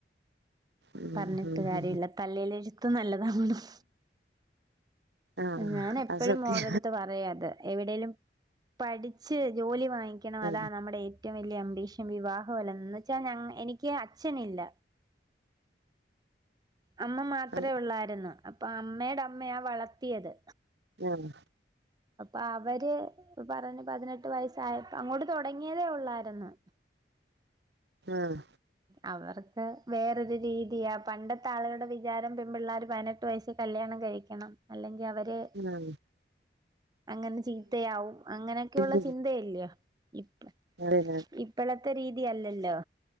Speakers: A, on the right; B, on the right.
A: ഉം
B: പറഞ്ഞിട്ട്
A: ഉം
B: കാര്യല്ല
A: ഉം
B: തലേലെഴുത്ത് നല്ലതാവണം
A: ആ
B: ഞാന് എപ്പഴും
A: അത് സത്യ
B: മോടെ അടുത്ത് പറയും അത് എവിടേലും പഠിച്ച് ജോലി വാങ്ങിക്കണം
A: ആ
B: അതാ നമ്മുടെ ഏ റ്റവും വലിയ അമ്പീഷൻ വിവാഹം അല്ലഎന്നു വെച്ചാൽ എനിക്ക് അച്ഛനില്ല അമ്മ മാത്രേ
A: ആ
B: ഉള്ളായിരുന്നു അപ്പൊ അമ്മയുടെ അമ്മയാ വളർത്തിയത്
A: ആഹ്
B: അപ്പൊ അവര് പറഞ്ഞ് പതിനെട്ട് വയസ്സായപ്പോ അങ്ങോട്ട് തുടങ്ങിയതേ ഉള്ളായിരുന്ന്
A: ആഹ്
B: അവർക്ക് വേറൊരു രീതിയ പണ്ടത്തെ ആളുകളുടെ വിചാരം പെൺപിള്ളേര് പതിനെ ട്ട് വയസ്സിൽ കല്യാണം കഴിക്കണം അല്ലെങ്കി അവര്
A: <unintelligible>
B: അങ്ങനെ ചീത്തയാവും അങ്ങനക്കെയുള്ള
A: ആ
B: ചിന്തയല്ലയോ ഇപ്പ
A: അതന്നെ
B: ഇപ്പളത്തെ രീതിയല്ലല്ലോ